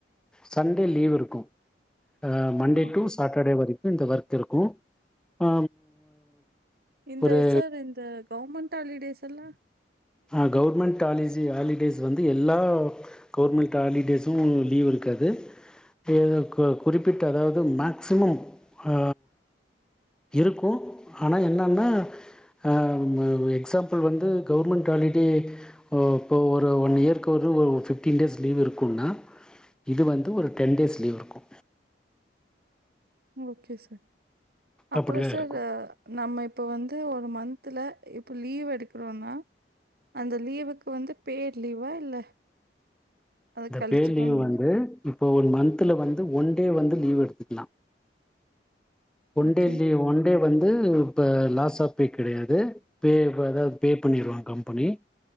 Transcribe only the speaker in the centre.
சண்டே லீவ் இருக்கு ஆ மண்டே
டூ சாட்டடே வரை இந்த ஒர்க் இருக்கு ஆ
ஒரு
அ கவர்மெண்ட் ஹாலிஸ் ஹாலிடேஸ் வந்து எல்லா கவர்மெண்ட் ஹாலிடேசு லீவ் இருக்காது அ க குறிப்பிட்ட அதாவ்து மேக்சிமம் அ இருக்கு ஆனா என்னன்னா ஆ எக்ஸாம்பிள் வந்து கவர்மெண்ட் ஹாலிடே இப்ப ஒரு ஒன் இயர்க்கு ஒரு ஃபிஃப்டீன் டேஸ் லீவ் இருக்குன்னா இது வந்து ஒரு டென் டேஸ் லீவ் இருக்கு
அப்படிதா இருக்கு
இந்த
பேட் லீவ் வந்து இப்போ ஒரு மன்த்துல வந்து ஒன் டே வந்து லீவ் எடுத்துக்லா one
day leave one day வந்து இப்ப லாஸாஃப் பே கிடையாது பே வது பே பண்ணிருவாங்க கம்பெனி